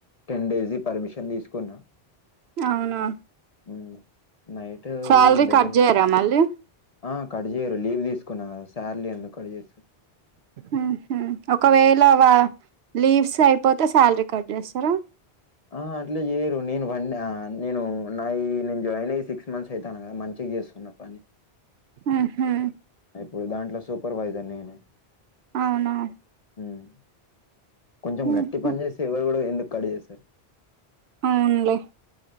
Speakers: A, on the left; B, on the right.
A: టెన్ డేస్జ్ పర్మిషన్ తీసుకున్నా
B: అవునా
A: మ్ నైట్
B: శాలరీ
A: లెవన్
B: కట్ చేయరా మళ్ళీ
A: ఆ కట్ చేయరు లీవ్ తీసుకున్నా కదా సార్లీ ఎందుకు కట్ చేస్తరు
B: మ్ హు ఒకవేళ వ లీవ్స్ అయిపోతే శాలరీ కట్ చేస్తారా
A: ఆ అట్లే చేయరు నేను వన్ నేను నాయి నేను జాయిన్ అయ్యి సిక్స్ మంత్స్ అయితాంది గ మంచిగా చేస్ స్తున్న పని
B: ఆహా
A: ఇప్పుడు దాంట్లో సూపర్వైజర్ నీను
B: అవునా
A: మ్ కొంచెం
B: ఉహు
A: గట్టి పని చేస్తే ఎవరు కూడా ఎందుకు కట్ చేస్తారు
B: అవున్లే